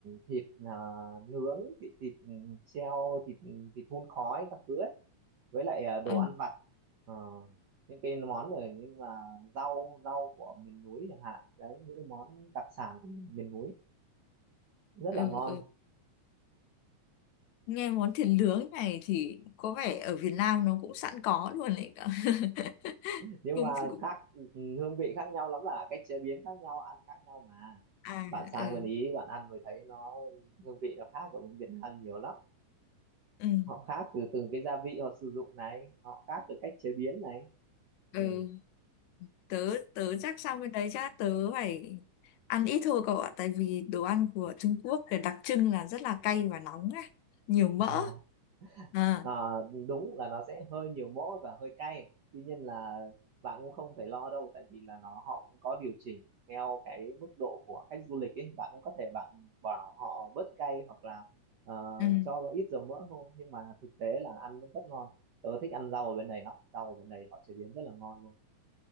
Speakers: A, on the right; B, on the left.
A: thịt ờ, nướng thịt thịt ừ, treo thịt thịt hun khói các thứ ấy với lại ờ, đồ
B: ừ,
A: ăn vặt Ờ, những cái món rồi nhưng là rau rau của miền núi chẳng hạn đấy những cái món đặc sản của miền núi rất
B: ừ,
A: là ngon
B: ừ. Nghe món thịt nướng này thì có vẻ ở Việt Nam nó cũng sẵn có luôn đấy cậu. <laughs>
A: nhưng
B: Cũng,
A: mà
B: cũng.
A: khác hương vị khác nhau lắm là cách chế biến khác nhau ăn khác nhau mà
B: À,
A: bạn sang
B: ừ,
A: bên Ý bạn ăn mới thấy nó hương vị nó khác của bên Việt Nam nhiều lắm
B: ừ,
A: họ khác từ từng cái gia vị họ sử dụng này họ khác từ cách chế biến này
B: ừ.
A: ừ.
B: Tớ, tớ chắc sang bên đấy chắc tớ phải ăn ít thôi cậu ạ. Tại vì đồ ăn của Trung Quốc thì đặc trưng là rất là cay và nóng ấy. Nhiều mỡ.
A: <laughs>
B: À,
A: à, đúng là nó sẽ hơi nhiều mỡ và hơi cay tuy nhiên là bạn cũng không phải lo đâu tại vì là nó họ cũng có điều chỉnh theo cái mức độ của khách du lịch ấy bạn cũng có thể bạn bảo họ bớt cay hoặc là ờ,
B: ừ.
A: cho ít dầu mỡ thôi nhưng mà thực tế là ăn vẫn rất ngon tớ thích ăn rau ở bên này lắm rau ở bên này họ chế biến rất là ngon luôn